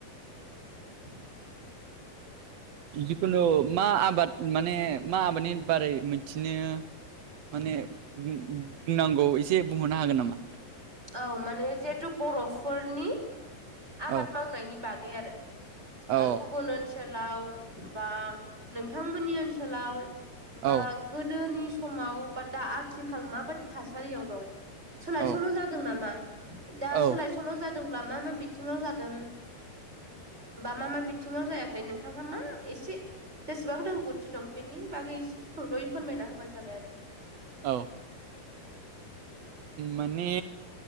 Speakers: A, on the right; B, on the right.
A: उम
B: जिखुनु मा आबाद माने मा आबादनि बारै मिथिनो माने बुंनांगौ एसे बुंहरनो हागोन नामा
A: औ माने जिहेथु बर'फोरनि आबाद
B: औ
A: मावनायनि बागै आरो
B: औ
A: गुबुन ओनसोलाव बा नोंथांमोननि ओनसोलाव बा
B: औ
A: गोदोनि समाव बा दा आथिखाल माबादि थासारियाव दं सोलायसोल'
B: औ
A: जादों नामा दा
B: औ
A: सोलाय सल' जादोंब्ला मा मा बिथिङाव जादों बा मा मा बिथिङाव जायाखै ओमफ्राय नोंथांहा मा एसे जेसेबां रोंगौथि दं बेनि बागै एसे सुंद'यै फोरमायना होबानो जाबाय आरो
B: औ माने